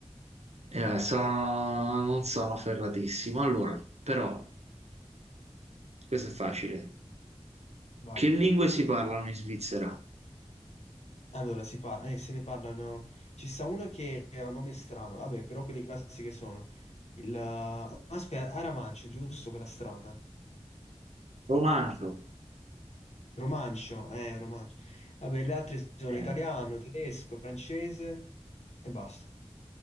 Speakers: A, on the right; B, on the left.
A: Eh, sono- non sono ferratissimo. Allora, però, questo è facile.
B: Vai.
A: Che lingue si parlano in Svizzera?
B: Allora, si par- eh, se ne parlano. Ci sta uno che ha un nome strano. Vabbè, però quelli classici che sono. Il... Aspetta, Aramancio, giusto? Quella strana.
A: Romanzo.
B: Romancio, eh, Romancio. Vabbè, le altre sono
A: Eh,
B: italiano, tedesco, francese e basta.